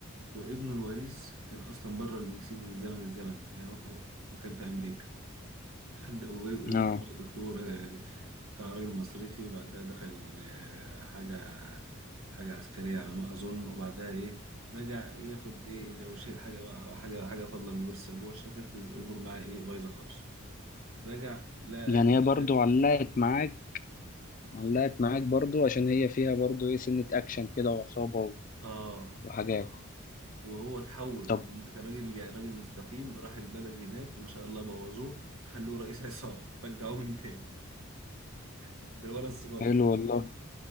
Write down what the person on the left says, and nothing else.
اه
يعني
هي برضو علقت معاك علقت معاك برضو عشان هي فيها برضو ايه سنة اكشن كده وعصابة و-
وحاجات
طب
حلو والله